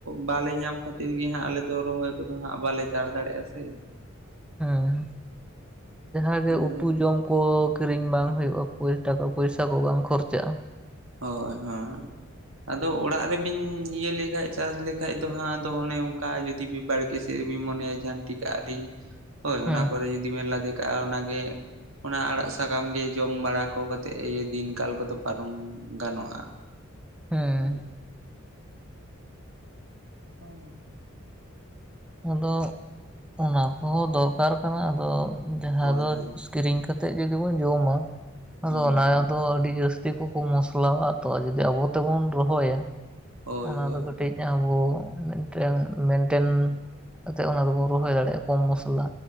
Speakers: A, on the right; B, in the centre.
A: ᱵᱟᱞᱮ ᱧᱟᱢ ᱠᱷᱟᱹᱛᱤᱨ ᱜᱮ ᱦᱟᱸᱜ ᱟᱞᱮ ᱫᱚ ᱨᱚᱦᱚᱭ ᱠᱚᱫᱚ ᱦᱟᱸᱜ ᱵᱟᱞᱮ ᱪᱟᱟᱲ ᱫᱟᱲᱮᱭᱟᱜᱼᱟ ᱥᱮ
B: ᱦᱮᱸ ᱡᱟᱦᱟᱸ ᱜᱮ
A: ᱟᱫᱚ
B: ᱩᱛᱩ ᱡᱚᱢ ᱠᱚ ᱠᱤᱨᱤᱧ ᱵᱟᱝ ᱦᱩᱭᱩᱜᱼᱟ ᱴᱟᱠᱟ ᱯᱚᱭᱥᱟ ᱠᱚ ᱵᱟᱝ ᱠᱷᱚᱨᱪᱟᱜᱼᱟ᱾
A: ᱦᱳᱭ ᱦᱳᱭ ᱟᱫᱚ ᱚᱲᱟᱜ ᱨᱮᱵᱤᱱ ᱤᱭᱟᱹ ᱞᱮᱠᱷᱟᱡ ᱪᱟᱥ ᱞᱮᱠᱷᱟᱡ ᱫᱚ ᱦᱟᱸᱜ ᱟᱫᱚ ᱚᱱᱮ ᱚᱱᱠᱟ ᱡᱩᱫᱤ ᱵᱟᱲᱜᱮ ᱥᱮ ᱪᱮ ᱵᱤᱱ ᱢᱚᱱᱮᱭᱟ ᱡᱷᱟᱱᱴᱤ ᱠᱟᱜ ᱞᱤᱧ ᱦᱳᱭ
B: ᱦᱮᱸ
A: ᱚᱱᱟ ᱠᱚᱨᱮ ᱡᱩᱫᱤ ᱵᱮᱱ ᱞᱟᱫᱮ ᱠᱟᱜᱼᱟ ᱚᱱᱟᱜ ᱜᱮ ᱚᱱᱟ ᱟᱲᱟᱜ ᱥᱟᱠᱟᱢ ᱜᱮ ᱡᱚᱢ ᱵᱟᱲᱟ ᱠᱚ ᱠᱟᱛᱮᱜ ᱤᱭᱟᱹ ᱫᱤᱱ ᱠᱟᱞ ᱠᱚᱫᱚ ᱯᱟᱨᱚᱢ ᱜᱟᱱᱚᱜᱼᱟ
B: ᱦᱮᱸ
A: ᱦᱳᱭ ᱚ <unintelligible>
B: ᱟᱫᱚ ᱚᱱᱟ ᱠᱚᱦᱚᱸ ᱫᱚᱨᱠᱟᱨ ᱠᱟᱱᱟ ᱟᱫᱚ ᱡᱟᱦᱟᱸ
A: ᱦᱳᱭ
B: ᱫᱚ ᱠᱤᱨᱤᱧ ᱠᱟᱛᱮᱫ ᱡᱩᱫᱤ ᱵᱚᱱ ᱡᱚᱢᱟ ᱟᱫᱚ
A: ᱦᱩᱸ
B: ᱚᱱᱟ ᱫᱚ ᱟᱹᱰᱤ ᱡᱟᱹᱥᱛᱤ ᱠᱚᱠᱚ ᱢᱚᱥᱞᱟᱣᱟ ᱛᱚ ᱡᱩᱫᱤ ᱟᱵᱚ ᱛᱮᱵᱚᱱ ᱨᱚᱦᱚᱭᱟ
A: ᱦᱳᱭ
B: ᱚᱱᱟ
A: ᱦᱳᱭ
B: ᱫᱚ ᱠᱟᱹ ᱴᱤᱡ ᱟᱵᱚ ᱢᱤᱫᱴᱟᱝ ᱢᱮᱱᱴᱮᱱ ᱟᱛᱮᱫ ᱚᱱᱟ ᱫᱚᱵᱚᱱ ᱨᱚᱦᱚᱭ ᱫᱟᱲᱮᱭᱟᱜᱼᱟ ᱠᱚᱢ ᱢᱚᱥᱞᱟ